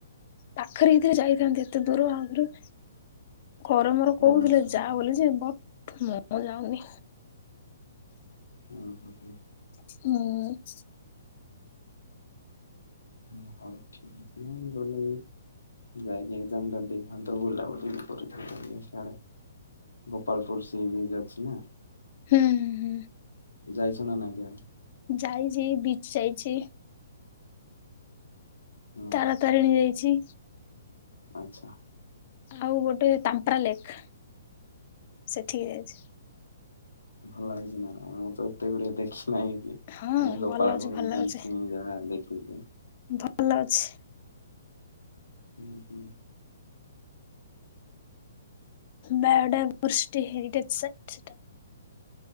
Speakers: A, on the left; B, on the left.
A: ପାଖରେ ହେଇଥିନେ ଯାଇଥାନ୍ତି ଏତେ ଦୂର ଆଗରୁ ଘରେ ମୋର କହୁଥିଲେ
B: ହୁଁ ହୁଁ
A: ଯାବୋଲିଯେ
B: ହୁଁ ହୁଁ
A: ବଟ୍ ମୁଁ ଆଉ ଯାଉନି।
B: ଉଁ ହୁଁ ହୁଁ।
A: ହୁଁ।
B: ହୁଁ ହଉ ଠିକ୍ <unintelligible> ଗଲେ ଯାଇକି ଏଗ୍ଜାମଟା ଦେଇଥାନ୍ତ ବୁଲାବୁଲିବି କରିଥାନ୍ତ ଟିକେ ଛାଡ଼। ଗୋପାଳପୁର ସିବିଜ୍ ଅଛିନା
A: ହୁଁ ହୁଁ ହୁଁ।
B: ଯାଇଛନା ନାଇଁ କେଆଣି।
A: ଯାଇଚି ବିଚ୍ ଯାଇଚି।
B: ହୁଁ
A: ତାରା ତାରିଣୀ ଯାଇଚି।
B: ଆଚ୍ଛା।
A: ଆଉ ଗୋଟେ ତାମ୍ପ୍ରାଲେକ୍ ସେଠିକି ଯାଇଚି।
B: ଭଲ ଲାଗୁଚିନା ମୁତ ଏତେ ଗୁଡ଼ିଏ ଦେଖି ନାହିଁବି। ଖାଲି
A: ହଁ
B: ଗୋପାଳପୁର
A: ଭଲ ଲାଗୁଛି ଭଲ ଲାଗୁଛି।
B: ବିଜ୍ ମୁଯାହା ଦେଖିଚି‌।
A: ଭଲ ଲାଗୁଛି।
B: ହୁଁ ହୁଁ।
A: ବେଡ ବୃଷ୍ଟି ହେରିଟେଜ୍ ସାଇଟ ସେଇଟା